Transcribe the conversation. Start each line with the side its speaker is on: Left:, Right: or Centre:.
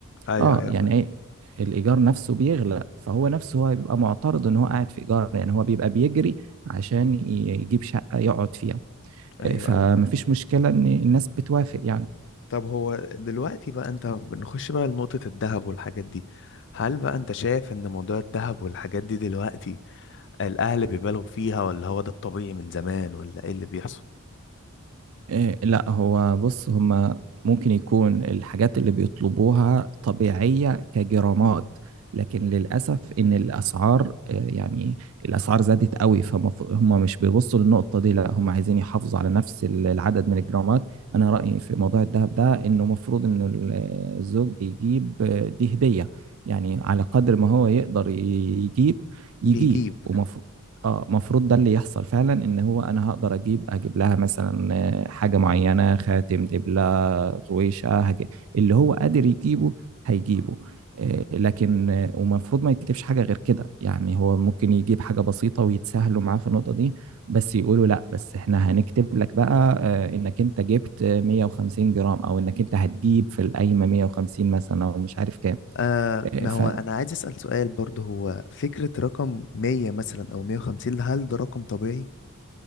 Left: ايوه
Right: اه
Left: ايوه
Right: يعني
Left: فاهم
Right: ايه الايجار نفسه بيغلى فهو نفسه هو هيبقى معترض ان هو قاعد في ايجار يعني هو بيبقى بيجري عشان ي- يجيب شقه يقعد فيها
Left: ايوه
Right: آه، فمفيش
Left: ايوه فاهم
Right: مشكلة إن الناس بتوافق يعني
Left: طب هو دلوقتي بقى انت بنخش بقى لنقطة الذهب والحاجات دي هل بقى انت شايف ان موضوع الذهب والحاجات دي دلوقتي الاهل بيبالغوا فيها ولا هو ده الطبيعي من زمان ولا ايه اللي بيحصل
Right: إيه لا هو بص هما ممكن يكون الحاجات اللي بيطلبوها طبيعية كجرامات لكن للأسف إن الأسعار إيه، يعني الأسعار زادت قوي فهم مش بيبصوا للنقطة دي لا هم عايزين يحافظوا على نفس ال- العدد من الجرامات أنا رأيي في موضوع الذهب ده إنه مفروض إن ال- الزوج بيجيب آه، دي هدية يعني على قدر ما هو يقدر ي- يجيب يجيب
Left: بيجيب
Right: اه المفروض ده اللي يحصل فعلا ان هو انا هقدر اجيب اجيب لها مثلا آه، حاجه معينه خاتم دبله غويشه هجيب. اللي هو قادر يجيبه هيجيبه آه، لكن آه، ومفروض ما يتكتبش حاجه غير كده يعني هو ممكن يجيب حاجه بسيطه ويتسهلوا معاه في النقطه دي بس يقولوا لا بس احنا هنكتب لك بقى آه، انك انت جبت آه، 150 جرام او انك انت هتجيب في القايمه 150 مثلا او مش عارف كام
Left: آه
Right: آه،
Left: ما
Right: ف-
Left: هو انا عايز اسال سؤال برضه هو فكره رقم 100 مثلا او 150 هل ده رقم طبيعي